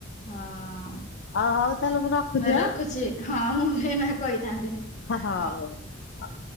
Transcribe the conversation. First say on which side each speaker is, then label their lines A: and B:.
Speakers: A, on the left; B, on the left.
A: ହଁ।
B: ଅ ହଉ। ତାହେଲେ ମୁଁ
A: ରଖୁଛି
B: ଆଁ
A: ହଁ ମୁଁ ବି ଏଇନା କହିଥାନ୍ତି।
B: ହଁ ହଁ
A: ହଉ।
B: ହୁ ହଉ।